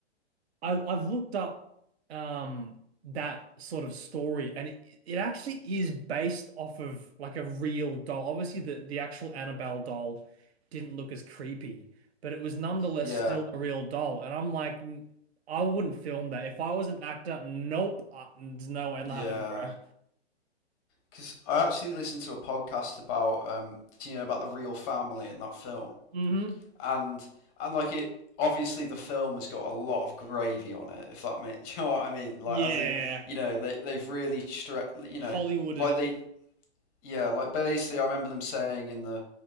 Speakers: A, on the right; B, on the left.
A: I I've looked up um that sort of story and it, it actually is based off of like a real doll. Obviously the the actual Annabelle doll didn't look as creepy, but it was nonetheless
B: Yeah,
A: still a real doll. And I'm like "N- I wouldn't film that. If I was an actor, nope, uh, no, ain't
B: yeah.
A: happening, bro.
B: because I actually listened to a podcast about um, you know about the real family in that film,
A: Mhm.
B: and and like it obviously the film has got a lot of gravy on it. If that makes <laughs> you know what I mean, like
A: Yeah,
B: as in you know they they've really stretched you know
A: Hollywooded
B: like
A: it.
B: they yeah like basically I remember them saying in the